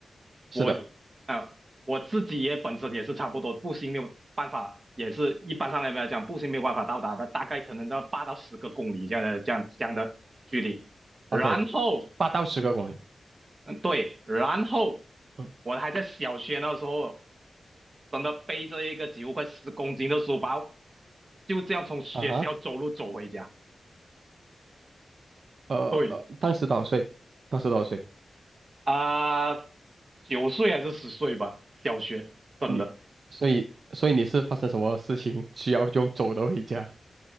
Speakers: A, on the right; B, on the right.
A: 是的
B: 我啊、我自己也本身也是差不多，步行没有办法，也是一般上来来讲，步行没有办法到达的，大概可能到八到十个公里这样的这样这样的距离。然后
A: ，OK，八到十个公里。
B: 对，然后
A: 嗯
B: 我还在小学那时候，真的背着一个几乎快十公斤的书包，就这样从学校走路走回家。
A: 啊哈。呃呃，
B: 对
A: 当时多少岁？当时多少岁？
B: 啊，九岁还是十岁吧，小学真的
A: 你，所以所以你是发生什么事情 <laughs> 需要用走的回家？